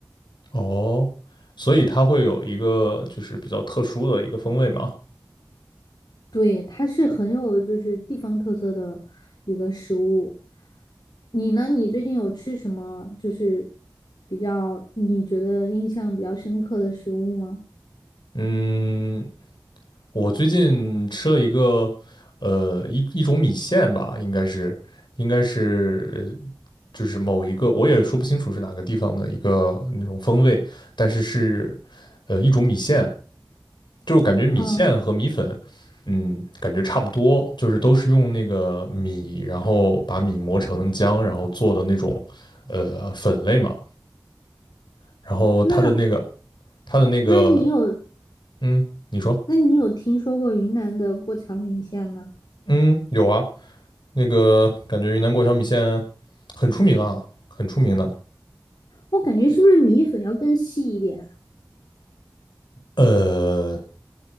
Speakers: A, on the left; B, on the left.
A: 哦，所以它会有一个就是比较特殊的一个风味嘛？
B: 对，它是很有就是地方特色的一个食物。你呢？你最近有吃什么就是比较你觉得印象比较深刻的食物吗？
A: 嗯，我最近吃了一个，呃，一一种米线吧，应该是，应该是，呃就是某一个，我也说不清楚是哪个地方的一个那种风味，但是是，呃，一种米线，就感觉米线和米粉，
B: 嗯，
A: 嗯，感觉差不多，就是都是用那个米，然后把米磨成浆，然后做的那种，呃，粉类嘛，然后它的那个，
B: 那
A: 它的那个，
B: 那你有
A: 嗯，你说，
B: 那你有听说过云南的过桥米线吗？
A: 嗯，有啊。那个感觉云南过桥米线很出名啊，很出名的。
B: 我感觉是不是米粉要更细一点，
A: 呃，